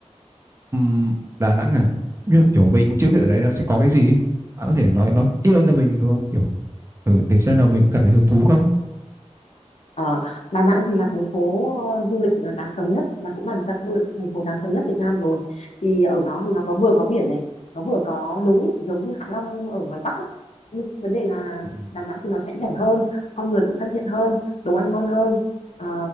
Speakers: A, on the right; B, on the left.
A: Ừm, Đà Nẵng à? Như kiểu mình cũng chưa biết ở đấy nó sẽ có cái gì. ấy. Bạn có thể nói nói kỹ hơn cho mình được không? Kiểu ừ, để xem nào mình có cảm thấy hứng thú không ấy.
B: Ờ, Đà Nẵng thì là thành phố ờ, du lịch ờ, đáng sống nhất và cũng là dạng du lịch thành phố đáng sống nhất Việt Nam rồi. Thì ở đó thì nó có vừa có biển này, nó vừa có núi giống như Hạ Long ở ngoài Bắc ấy. Nhưng vấn đề là
A: Ừm.
B: Đà Nẵng thì nó sẽ rẻ hơn, con người cũng thân thiện hơn, đồ ăn ngon hơn. Ờ,